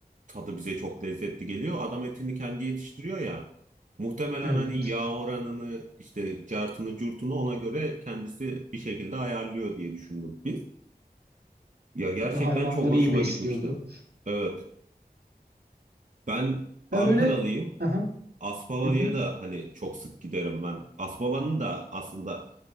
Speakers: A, on the right (about 50°); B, on the right (about 90°).
A: tadı bize çok lezzetli geliyor. Adam etini kendi yetiştiriyor ya. Muhtemelen
B: Evet.
A: hani yağ oranını işte cartını curtunu ona göre kendisi bir şekilde ayarlıyor diye düşündük biz. Ya gerçekten
B: Ya da hayvanları
A: çok hoşuma
B: iyi besliyordu.
A: gitmişti. Evet. Ben Ankaralıyım.
B: Ben böyle... Aha.
A: Aspava'ya
B: Hı hı.
A: da hani çok sık giderim ben. Aspava'nın da aslında